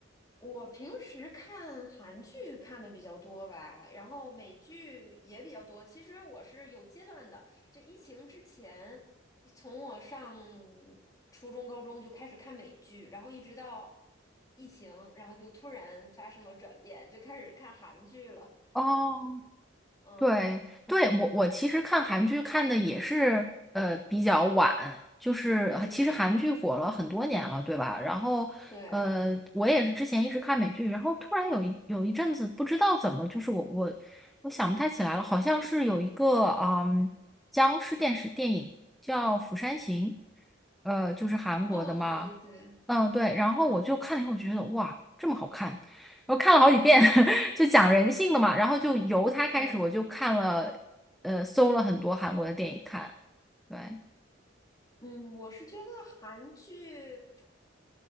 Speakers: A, on the left; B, in the centre.
A: 我平时看韩剧看的比较多吧，然后美剧也比较多。其实我是有阶段的，就疫情之前，从我上初中、高中就开始看美剧，然后一直到疫情，然后就突然发生了转变，就开始看韩剧了。
B: 哦
A: 嗯
B: 对对，我我其实看韩剧看的也是呃比较晚，就是其实韩剧火了很多年了，
A: 嗯，
B: 对吧？然后呃，
A: 对。
B: 我也是之前一直看美剧，然后突然有一有一阵子不知道怎么，就是我我我想不太起来了，好像是有一个嗯僵尸电视电影叫《釜山行》，呃，就是韩国的嘛。
A: 哦，对，
B: 嗯，对，然后我就看了以后，
A: 嗯
B: 我觉得哇，这么好看，我看了好几遍，
A: <laughs>
B: <laughs> 就讲人性的嘛，然后就由他开始，
A: 嗯
B: 我就看了，呃，搜了很多韩国的电影看，对，
A: 嗯，我是觉得韩剧